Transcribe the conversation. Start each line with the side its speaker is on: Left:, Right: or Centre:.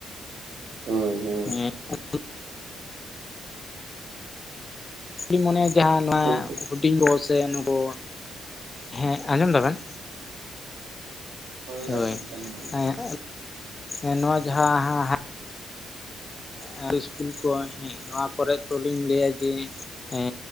Right: ᱦᱳᱭ ᱦᱳᱭ
Left: ᱦᱮᱸ <unintelligible> ᱤᱧ ᱢᱚᱱᱮᱭᱟ ᱡᱟᱦᱟᱸ ᱱᱚᱣᱟ
Right: ᱜᱚᱢᱠᱮ
Left: ᱦᱩᱰᱤᱧ ᱵᱚᱞ <unintelligible> ᱥᱮ ᱱᱩᱠᱩ ᱦᱮᱸ ᱟᱸᱡᱚᱢ ᱫᱟᱵᱮᱱ
Right: ᱦᱳᱭ
Left: ᱦᱳᱭ
Right: ᱟᱸᱡᱚᱢ ᱫᱟᱞᱤᱧ
Left: ᱮᱸᱜ ᱮᱸ ᱱᱚᱣᱟ ᱡᱟᱦᱟᱸ ᱦᱟᱸᱜ ᱮᱸ ᱤᱥᱠᱩᱞ ᱠᱚ ᱦᱮᱸ ᱱᱚᱣᱟ ᱠᱚᱨᱮᱫ ᱫᱚᱞᱤᱧ ᱞᱟᱹᱭᱟ ᱡᱮ ᱮᱸ